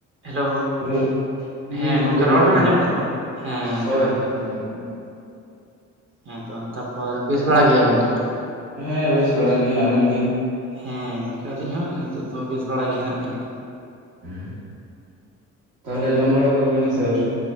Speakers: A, on the right; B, on the right.
A: Hello,
B: hello ᱦᱩᱸ
A: ᱦᱮᱸ ᱜᱚᱝᱠᱮ
B: ᱡᱚᱦᱟᱨ
A: ᱨᱚᱲ ᱵᱮᱱ
B: ᱜᱮ
A: ᱟᱸᱡᱚᱢ ᱫᱟ <unintelligible> ᱵᱟᱝ? ᱦᱮᱸ
B: ᱦᱳᱭ
A: ᱡᱚᱦᱟᱨ ᱜᱮ,
B: ᱟᱸᱡᱚᱢᱚᱜ ᱠᱟᱱᱟ
A: ᱦᱮᱸᱛᱚ ᱛᱟᱯᱚᱨ ᱵᱮᱥ ᱵᱟᱲᱟ ᱜᱮᱭᱟᱵᱮᱱ ᱛᱚ?
B: ᱦᱮᱸ ᱵᱮᱥ ᱵᱟᱲᱟ ᱜᱮ᱾ᱟᱵᱮᱱ ᱜᱮ?
A: ᱦᱮᱸ ᱜᱚᱝᱠᱮ ᱟᱹᱞᱤᱧ ᱦᱚᱸ ᱱᱤᱛᱚᱜ ᱫᱚ ᱵᱮᱥ ᱵᱟᱲᱟ ᱜᱮ ᱦᱮᱱᱟᱜ ᱞᱤᱧᱟᱹ᱾
B: ᱦᱮ, ᱛᱟᱦᱚᱞᱮ ᱡᱚᱢ ᱵᱟᱲᱟ ᱠᱚᱫᱚ ᱦᱩᱭ ᱱᱟ ᱥᱮ ᱟᱹᱣᱨᱤ?